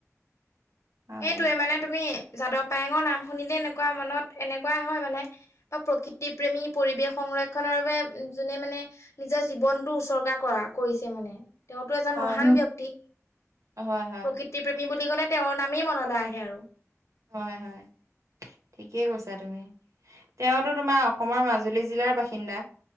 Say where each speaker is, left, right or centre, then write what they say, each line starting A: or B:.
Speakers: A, on the right; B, on the left.
A: হয়
B: সেইটোৱে মানে তুমি যাদৱ পায়েঙৰ নাম শুনিলে এনেকুৱা মনত এনেকুৱা হয় মানে বা প্ৰকৃতি প্ৰেমী পৰিৱেশ সংৰক্ষনৰ বাবে যোনে মানে নিজৰ জীৱনটো উচৰ্গা কৰা, কৰিছে মানে। তেওঁতো এজন
A: হয়
B: মহান ব্যক্তি,
A: হয় হয়
B: প্ৰকৃ তিপ্ৰেমী বুলি ক'লে তেওঁৰ নামেই মনলৈ আহে আৰু।
A: হয় হয়। ঠিকেই কৈছা তুমি, তেওঁতো তোমাৰ অসমৰ মাজুলী জিলাৰ বাসিন্দা